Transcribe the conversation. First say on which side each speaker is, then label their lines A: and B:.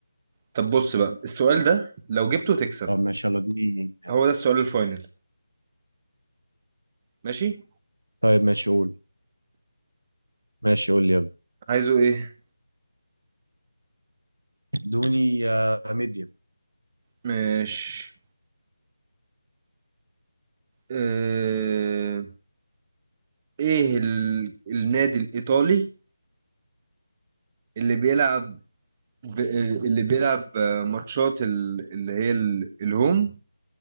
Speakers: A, on the right; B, on the right.
A: طب بص بقى السؤال ده لو جبته تكسب
B: طب ماشي يلا اديني
A: هو ده السؤال الفاينل ماشي
B: طيب ماشي قول ماشي قول لي يلا
A: عايزه إيه
B: ادوني آه، ميديم
A: ماشي اه... إيه ال... النادي الإيطالي اللي بيلعب ب... آه، اللي بيلعب آه، ماتشات ال... اللي هي ال... الهوم